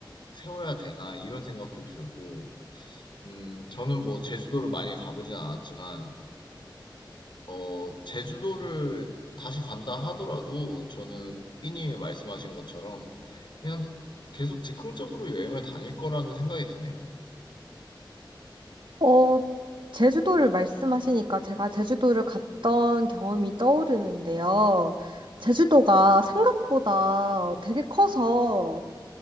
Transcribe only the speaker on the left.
세워야 되나 이런 생각도 들고 음 저는 뭐 제주도를 많이 가보진 않았지만 어 제주도를 다시 간다 하더라도 저는 삐님이 말씀하신 것처럼 그냥 계속 즉흥적으로 여행을 다닐 거라는 생각이 드네요.